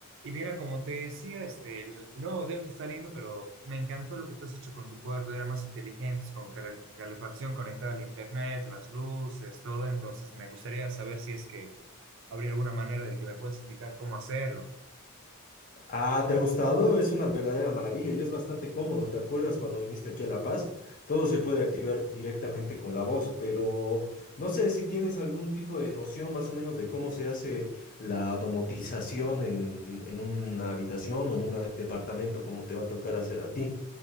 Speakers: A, on the right (about 55°); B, on the left (about 40°).
A: Y mira, como te decía, este, el el nuevo modelo que está lindo, pero me encantó lo que tú has hecho con tu cuarto, era más inteligente, es como que la calefacción conectada al internet, las luces, todo, entonces me gustaría saber si es que habría alguna manera de que me puedas indicar cómo hacerlo.
B: Ah, ¿te ha gustado? Es una verdadera maravilla y es bastante cómodo. ¿Te acuerdas cuando viniste aquí a La Paz? Todo se puede activar directamente con la voz, pero no sé si tienes algún tipo de noción más o menos de cómo se hace la domotización en, en una habitación o en un departamento como te va a tocar hacer a ti.